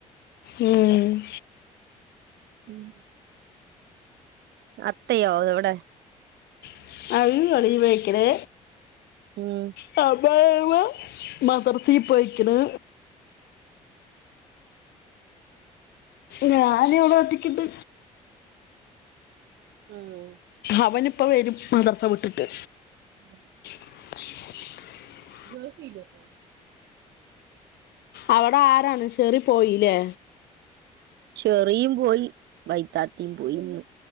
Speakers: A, on the left (about 65°); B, on the right (about 70°).
A: ഉം
B: ഉം സത്തയോ അത്വ്ടെ
A: <unintelligible> പോയിക്കരേ
B: ഉം
A: സമയാവുമ്പം മദ്രസീ പോയിക്ക്ണ്
B: <inaudible>
A: ഞാന് ഇവിടെ ഒറ്റക്കിട്ട്
B: ആഹ്
A: അവനിപ്പ വരും മദ്രസ വിട്ടിട്ട്
B: <unintelligible>
A: <inaudible>
B: ജോശേ യ്യ് ണ്ടോ
A: അവിടെ ആരാണ് ഷെറിൻ പോയില്ലേ
B: ചെറിയും പോയി വൈത്താത്തിം പോയിന്ന്